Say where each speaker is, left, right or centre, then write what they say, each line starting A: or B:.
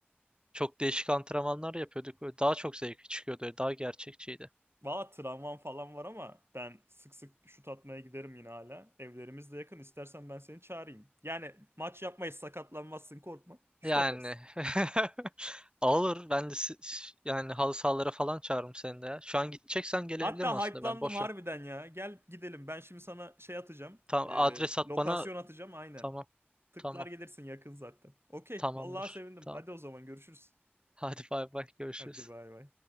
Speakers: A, on the right; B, on the right.
A: Çok değişik antrenmanlar yapıyorduk. Böyle daha çok zevkli çıkıyordu. Daha gerçekçiydi.
B: Valla tramvam falan var ama ben sık sık şut atmaya giderim yine hala. Evlerimiz de yakın. İstersen ben seni çağırayım. Yani maç yapmayız sakatlanmazsın korkma. Şut
A: Yani
B: atarız.
A: <laughs> olur ben de si- yani halı sahalara falan çağırırım seni de ya. Şu an gideceksen gelebilirim
B: Hatta
A: aslında
B: hype'landım
A: ben boşum.
B: harbiden ya. Gel gidelim. Ben şimdi sana şey atacağım.
A: Tamam
B: Ee,
A: adres at
B: lokasyon
A: bana.
B: atacağım aynen.
A: Tamam.
B: Tıklar
A: Tamam.
B: gelirsin yakın zaten. Okey.
A: Tamamdır.
B: Vallahi sevindim.
A: Tamam.
B: Hadi o zaman görüşürüz.
A: Hadi bay bay görüşürüz.
B: Hadi bay bay.